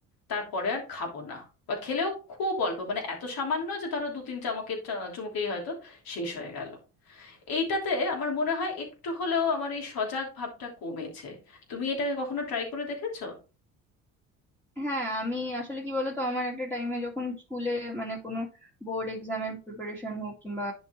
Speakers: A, on the left; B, in the centre.
A: তারপরে আর খাবো না বা খেলেও খুব অল্প মানে এত সামান্য যে ধরো দু তিন চামকের চা- চুমুকেই হয়তো শেষ হয়ে গেল এইটাতে আমার মনে হয় একটু হলেও আমার এই সজাগ ভাবটা কমেছে তুমি এটা কখনো ট্রাই করে দেখেছো
B: হ্যাঁ আমি আসলে কি বলতো আমার একটা টাইমে যখন স্কুলে মানে কোনো বোর্ড এক্সামের প্রিপারেশন হোক কিংবা